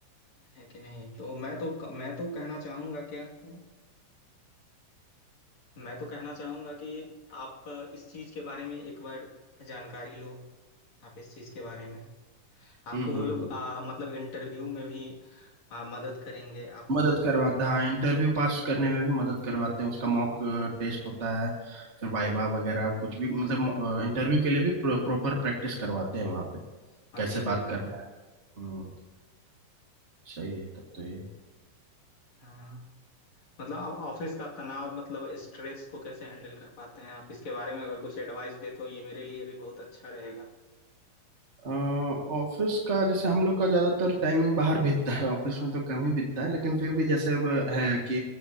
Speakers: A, on the left; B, on the right.
A: है कि नहीं तो मैं तो मैं तो कहना चाहूंगा क्या कि मैं तो कहना चाहूंगा कि आप इस चीज के बारे में एक बार जानकारी लो आप इस चीज के बारे में आपको
B: हम्म
A: वो
B: हम्म
A: लोग आ, मतलब इंटरव्यू में भी आ, मदद करेंगे आपको
B: मदद करवाता है हाँ, इंटरव्यू पास करने में भी मदद करवाते हैं उसका मॉक टेस्ट होता है फिर वाइवा वगैरह कुछ भी मतलब इंटरव्यू के लिए भी प्रॉपर प्रैक्टिस करवाते हैं वहाँ पे
A: हाँ
B: कैसे
A: जी बिल्कुल
B: बात करना है हम्म सही है तब तो ये
A: हाँ मतलब आप ऑफिस का तनाव मतलब स्ट्रेस को कैसे हैंडल कर पाते हैं आप इसके बारे में अगर कुछ एडवाइस दे तो ये मेरे लिए भी बहुत अच्छा रहेगा
B: अ, ऑफिस का जैसे हम लोग का ज्यादातर टाइमिंग बाहर बीतता है ऑफिस में तो कम ही बीतता है लेकिन फिर भी जैसे अब है कि